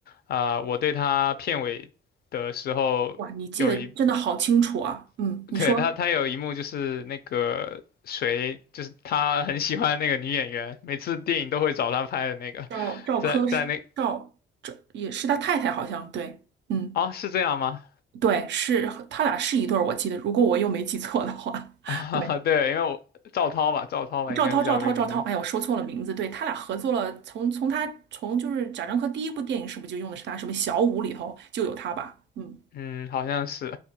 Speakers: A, on the left; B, on the right.
A: 啊、我对他片尾的时候有一，
B: 哇，你记得真的好清楚啊。嗯，
A: <laughs>
B: 你说。
A: 对他他有一幕就是那个谁，就是他很喜欢那个女演员，每次电影都会找他拍的那个，
B: 赵赵柯是赵赵也是他太太，
A: 在在那
B: 好像对，嗯，
A: 啊、是这样吗？
B: 对，是他俩是一对儿，我记得，如果我又没记错的话，<laughs>
A: <laughs>
B: 对，
A: 对，因为我赵涛吧，赵涛吧，
B: 赵涛，
A: 应该是叫这个名字。
B: 赵涛，赵涛，哎呀我说错了名字，对他俩合作了，从从他从就是贾樟柯第一部电影是不是就用的是他什么小五里头就有他吧？嗯
A: 嗯，好像是，